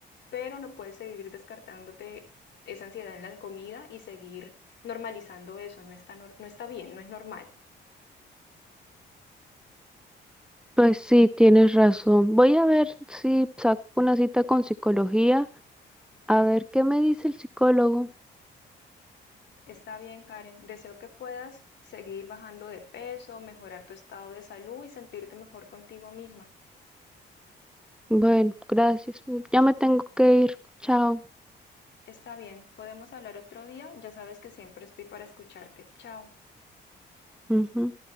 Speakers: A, on the left; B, in the centre.
A: pero no puedes seguir descartándote esa ansiedad en la comida y seguir normalizando eso. No está, nor- no está bien, no es normal.
B: Pues sí, tienes razón. Voy a ver si saco una cita con psicología, a ver qué me dice el psicólogo.
A: Está bien, Karen. Deseo que puedas seguir bajando de peso, mejorar tu estado de salud y sentirte mejor contigo misma.
B: Bueno, gracias. Ya me tengo que ir. Chao.
A: Está bien, podemos hablar otro día. Ya sabes que siempre estoy para escucharte. Chao.
B: Ujú.